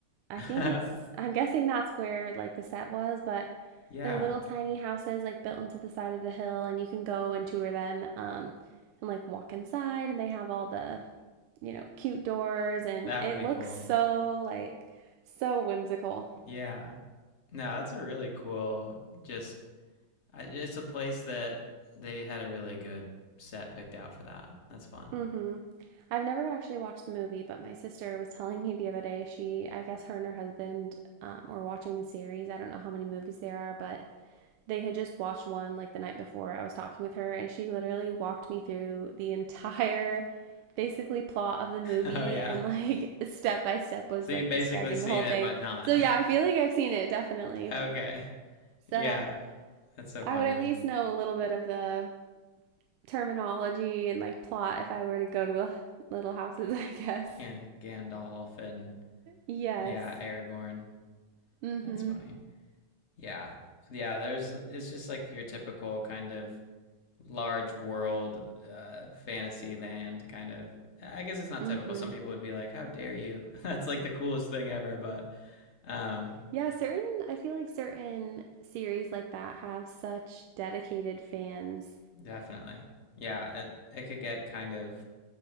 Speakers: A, on the right; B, on the left.
A: I
B: <laughs>
A: think it's, I'm guessing that's where like the set was, but
B: yeah.
A: they're little tiny houses like built into the side of the hill, and you can go and tour them um, and like walk inside, and they have all the, you know, cute doors, and
B: That
A: it
B: would be
A: looks
B: cool.
A: so like so whimsical.
B: Yeah. No, that's a really cool just I, it's a place that they had a really good set picked out for that. That's fun.
A: hmm
B: <laughs>
A: I've never actually watched the movie, but my sister was telling me the other day, she, I guess her and her husband um, were watching the series. I don't know how many movies there are, but They had just watched one like the night before. I was talking with her, and she literally walked me through the entire basically plot of the movie
B: Oh yeah.
A: and like <laughs> step by step was
B: So you've
A: like
B: basically
A: describing
B: seen
A: the whole
B: it,
A: thing.
B: but not.
A: So yeah, I feel like I've seen it definitely.
B: <laughs> okay.
A: So
B: Yeah. That's so
A: I
B: funny
A: would at
B: when
A: least know a little bit of the terminology and like plot if I were to go to the little houses, <laughs> I guess.
B: yeah Gandalf and
A: Yes.
B: yeah Aragorn.
A: Mm-hmm.
B: That's funny. Yeah. Yeah. There's it's just like your typical kind of large world uh, fantasy land kind of. I guess it's not
A: Mm-hmm.
B: typical. Some people would be like, "How dare you?" <laughs> That's like the coolest thing ever. But um,
A: Yeah, certain I feel like certain series like that have such dedicated fans
B: Definitely. Yeah, it it could get kind of